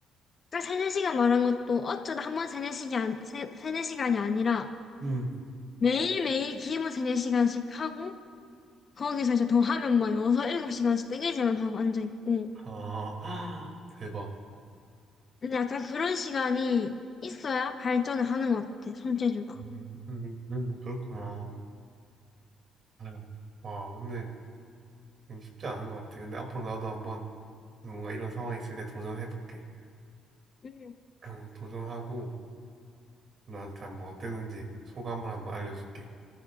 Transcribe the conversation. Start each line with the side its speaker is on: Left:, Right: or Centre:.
Left: 딱 세네 시간 말한 것도 어쩌다 한 번 세네 시간, 세, 세네 시간이 아니라
Right: 음,
Left: 매일매일 기본 세네 시간씩 하고 거기서 이제 더 하면 뭐 여섯, 일곱 시간씩 뜨개질만 하고 앉아있고
Right: 아, <gasps> 대박.
Left: 근데 약간 그런 시간이 있어야 발전을 하는 것 같아, 손재주가.
Right: 음, 음, 음, 그렇구나. 아유, 와, 근데 쉽지 않은 것 같아. 근데 앞으로 나도 한번 뭔가 이런 상황이 있을 때 도전해볼게.
Left: 음.
Right: <clears throat> 도전하고 너한테 한번 어땠는지 소감을 한번 알려줄게.